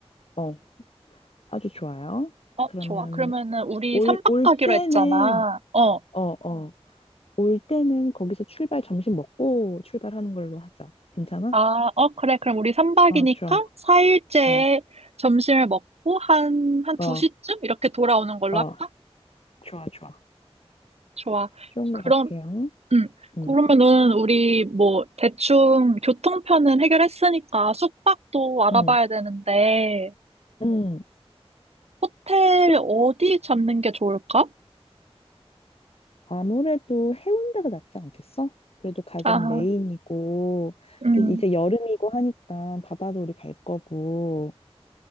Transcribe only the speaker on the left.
어. 아주 좋아요.
그러면은
올,
올
때는
어, 어. 올 때는 거기서 출발 점심 먹고 출발하는 걸로 하자. 괜찮아?
어, 좋아.
어.
어,
어,
좋아, 좋아.
좋은
것 같아요.
음,
음,
음.
숲,
아무래도 해운대가 낫지 않겠어? 그래도 가장
메인이고,
또 이제 여름이고 하니까 바다도 우리 갈 거고,